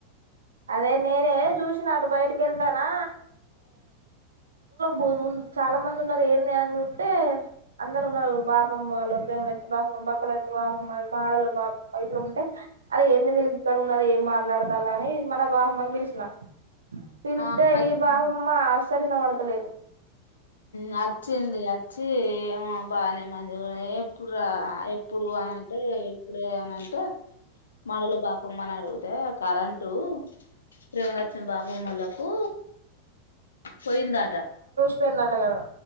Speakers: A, on the right; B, on the left.
A: అదే మీరే చూసిన అటు బయటకి వెళ్తానా వోముందు చాలా మంది ఉన్నారు ఏంది అని చూస్తే అందరు ఉన్నారు బాపమ్మ వాళ ప్రేమలచ్చి బాపమ్ బక్కలచ్చి బాపమ్మ వా మాడళ బాపమ్మ బయటలో ఉంటే అరే ఏంది వీళ్ళకి ఇక్కడ ఉన్నారుఏమి మాట్లాడతారు అని మన బామ్మని పిలుస్తారు పిలిస్తే
B: ఆ వచ్చింది
A: ఈ బామ్మ తలిన పడతలేదు
B: వచ్చింది వచ్చిమో బాగానే మంది ఎప్పుడు రా ఎప్పుడు అనంటే ఇప్పుడే అనంటే మడల బాపమ్మ అని అడిగితేా కరెంటు ప్రేవణక్షం బాపమ్మలకు పోయిందాట
A: పోయిందట కదా